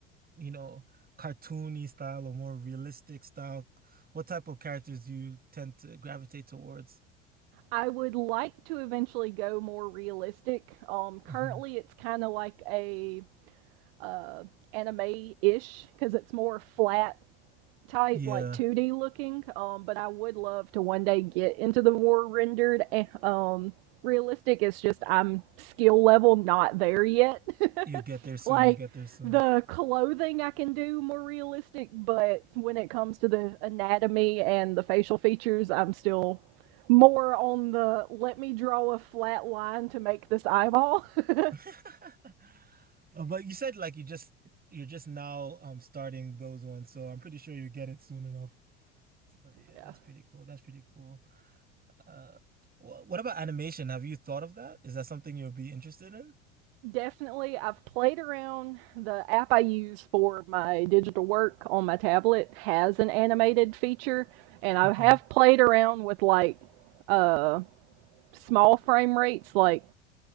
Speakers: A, on the right (about 25°); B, on the right (about 55°).
A: you know, cartoony style or more realistic style? What type of characters do you tend to gravitate towards?
B: I would like to eventually go more realistic. Um,
A: hmm
B: currently it's kind of like a uh anime-ish because it's more flat type,
A: Yeah,
B: like 2D looking. Um, but I would love to one day get into the more rendered. eh, Um, realistic. It's just I'm skill level not there yet. <laughs>
A: you'll get there soon.
B: like
A: You'll get there soon.
B: the clothing I can do more realistic, but when it comes to the anatomy and the facial features, I'm still more on the let me draw a flat line to make this eyeball. <laughs>
A: <laughs> Uh, But you said like you just you're just now um starting those ones, so I'm pretty sure you get it soon enough. So yeah,
B: yeah.
A: that's pretty cool. That's pretty cool. Uh, wh what about animation? Have you thought of that? Is that something you'll be interested in?
B: Definitely. I've played around. The app I use for my digital work on my tablet has an animated feature, and I
A: Okay.
B: have played around with like uh small frame rates, like